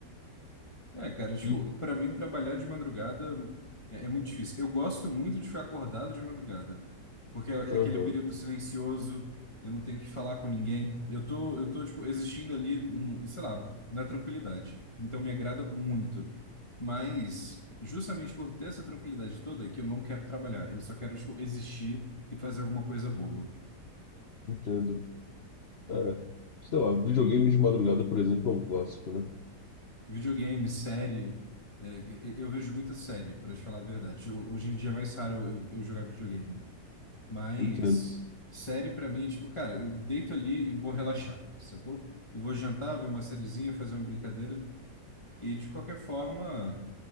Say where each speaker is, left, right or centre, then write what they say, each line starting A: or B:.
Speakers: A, on the left; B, on the left.
A: É, cara, tipo,
B: E.
A: pra mim trabalhar de madrugada é, é muito difícil. Eu gosto muito de ficar acordado de madrugada, porque é,
B: Aham,
A: é aquele período silencioso, eu não tenho que falar com ninguém. Eu tô, eu tô, tipo, existindo ali, no- sei lá, na tranquilidade. Então me agrada muito. Mas, justamente por ter essa tranquilidade toda, é que eu não quero trabalhar. Eu só quero, tipo, existir e fazer alguma coisa boba.
B: entendo. É, sei lá, videogame de madrugada, por exemplo, é um clássico, né?
A: Videogame, série. é, e- eu vejo muita série, para te falar a verdade. Eu- hoje em dia é mais raro eu, eu jogar videogame. Mas
B: Entendo.
A: série para mim é tipo, cara, eu deito ali e vou relaxar, sacou? Eu vou jantar, ver uma sériezinha, fazer uma brincadeira. E de qualquer forma,